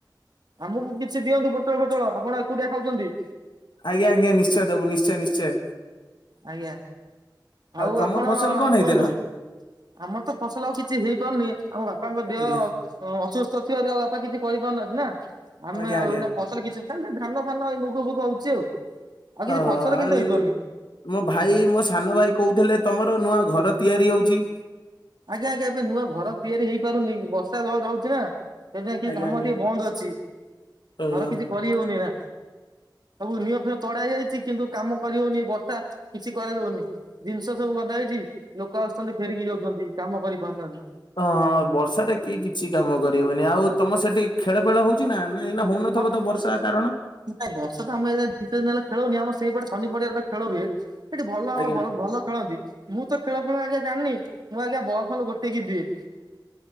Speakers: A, on the right; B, on the left.
A: ଆମକୁ କିଛି ଦିଅନ୍ତୁ ପୋଟଳ ଫୋଟଳ ଆପଣ ଏକୁଟିିଆ ଖାଉଛନ୍ତି।
B: ଆଜ୍ଞା ଆଜ୍ଞା ନିଶ୍ଚୟ ଦବୁ ନିଶ୍ଚୟ ନିଶ୍ଚୟ।
A: ଆଜ୍ଞା ଆଉ
B: ତମ
A: ଆପଣ
B: ଫସଲ କଣ ହେଇଥିଲା?
A: କୁହନ୍ତୁ। ଆମର ତ ଫସଲ ଆଉ କିଛି ହେଇପାରୁନି ଆମ ବାପାଙ୍କ ଦେହ
B: ଆଜ୍ଞା
A: ଅସୁସ୍ଥ ଥିବାରୁ ଆଉ ବାପା କିଛି କରିପାରୁ ନାହାନ୍ତି। ନା ଆମେ
B: ଆଜ୍ଞା
A: ଆଉ
B: ଆଜ୍ଞା
A: ଏଇନା ଫସଲ କିଛି ଧାନ ଫାନ ଏଇ ମୁଗ ଫୁଗ ହଉଛି ଆଉ। ଆଉ କିଛି
B: ଓହୋ
A: ଫସଲ
B: ଆଉ
A: କିନ୍ତୁ ହେଇପାରୁନି।
B: ମୋ ଭାଇ ମୋ ସାନ ଭାଇ କହୁଥିଲେ ତମର ନୂଆ ଘର ତିଆରି ହଉଛି।
A: ଆଜ୍ଞା ଆଜ୍ଞା ଏବେ ନୂଆ ଘର ତିଆରି ହେଇପାରୁନି ବର୍ଷା ଧର ରହୁଛି ନା। ତେବେ ଯାଇ କି
B: ଆଜ୍ଞା
A: କାମ
B: ଆଜ୍ଞା।
A: ଟିକେ ବନ୍ଦ ଅଛି
B: ଓହୋ।
A: ଘର କିଛି କରିହଉନି ନା।
B: <inaudible>
A: ସବୁ ନିଅ ଫିଅ ତଡାହେଇ ଯାଇଛି କିନ୍ତୁ କାମ କରି ହଉନି ବର୍ଷା କିଛି କରେଇ ଦଉନି ଜିନିଷ ସବୁ ଗଦାହେଇ ଛି ଲୋକ ଆସୁଛନ୍ତି ଫେରିକି ଯାଉଛନ୍ତି କାମ କରିପାରୁନାହାନ୍ତି।
B: ହ ହଁ ବର୍ଷାରେ କିଏ କିଛି କାମ କରିହେବନି ଆଉ ତମ ସେଠି ଖେଳ ଫେଳ ହଉଛି ନା? ନା ଏଇନା ହଉନଥିବ
A: ହଁ ନାଇଁ
B: ତ ବର୍ଷା କାରଣ
A: ବର୍ଷା ତା ଆମେ ଦି ଚ଼ାରି ଦିନ ହେଲା ଖେଳ ହେଇନି ଆମ ସେଇପଟେ ଶନିପଡିଆ ଗୋଟେ ଖେଳ ହୁଏ ସେଠି ଭଲ ଆମ
B: ଆଜ୍ଞା
A: ଭଲ ଖେଳନ୍ତି ମୁଁ ତ ଖେଳ ଫେଳ ଆଗ ଜାଣିନି ମୁଁ ଆଜ୍ଞା ବଲ୍ ଫଲ ଗୋଟେଇକି ଦିଏ।